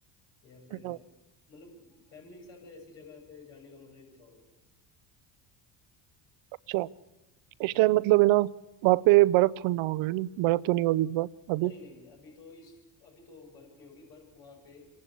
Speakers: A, on the left (about 85°); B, on the right (about 70°).
A: या फिर
B: हम्म,
A: अ, मतलब फैमिली के साथ ऐसी जगह पे जाने का मजा ही कुछ और होता है
B: अच्छा इस
A: हम्म।
B: टाइम मतलब है ना वहाँ पे बर्फ थोड़ी ना होगा है ना बर्फ तो नहीं होगी इस बार अभी
A: नहीं नहीं अभी तो इस अभी तो बर्फ नहीं होगी बर्फ वहाँ पे